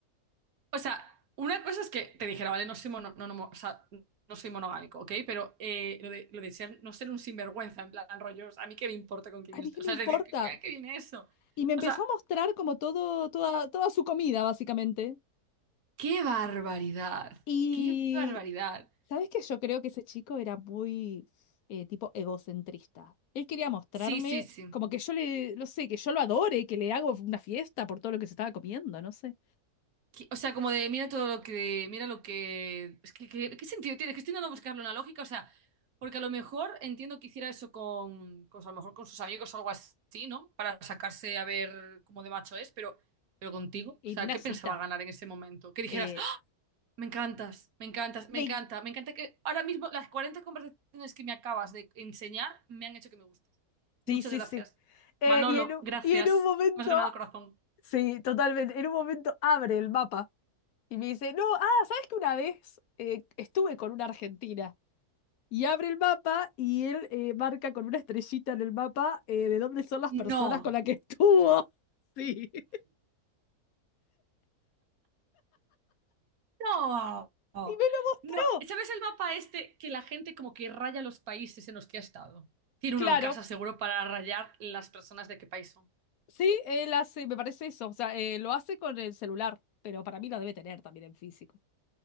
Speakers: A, on the right; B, on the left.
A: O sea, una cosa es que te dijera, vale, no soy, mono- no, no mo- o sea, no soy monogámico, ¿ok? Pero eh, lo de, lo de ser, no ser un sinvergüenza, en plan rollos, a mí qué me importa con quién
B: ¿A
A: esté.
B: mí qué
A: O
B: me
A: sea,
B: importa?
A: es decir, ¿qué, qué qué viene eso?
B: Y me empezó
A: O sea,
B: a mostrar como todo, toda, toda su comida, básicamente.
A: qué barbaridad,
B: Y,
A: qué barbaridad.
B: ¿sabes qué? Yo creo que ese chico era muy eh, tipo egocentrista. Él quería mostrarme
A: Sí, sí, sí.
B: como que yo le, no sé, que yo lo adore, que le hago una fiesta por todo lo que se estaba comiendo, no sé.
A: Qui- O sea, como de mira todo lo que, mira lo que, es que, que- ¿qué sentido tiene? Que estoy intentando buscarle una lógica, o sea, porque a lo mejor entiendo que hiciera eso con, con- a lo mejor con sus amigos o algo así, ¿no? Para sacarse a ver cómo de macho es, pero, pero contigo,
B: En
A: o sea,
B: una
A: ¿qué
B: cita.
A: pensaba ganar en ese momento? Que dijeras,
B: Eh,
A: "¡Ah! me encantas, me encantas, me
B: me-
A: encanta, me encanta que ahora mismo las 40 conversaciones que me acabas de enseñar me han hecho que me gustes. Muchas
B: Sí, sí,
A: gracias.
B: sí. Eh,
A: Manolo,
B: y en un,
A: gracias.
B: y en un momento,
A: Me has ganado corazón.
B: sí, totalmente, en un momento abre el mapa y me dice, no, ah, ¿sabes que una vez eh, estuve con una argentina? Y abre el mapa y él eh, marca con una estrellita en el mapa eh, de dónde son las personas
A: No.
B: con las que estuvo. Sí. <laughs>
A: No, no.
B: Y me lo mostró.
A: ¿Sabes el mapa este que la gente como que raya los países en los que ha estado? Tiene
B: Claro,
A: uno en casa seguro para rayar las personas de qué país son.
B: sí, él hace, me parece eso. O sea, eh, lo hace con el celular, pero para mí lo debe tener también en físico.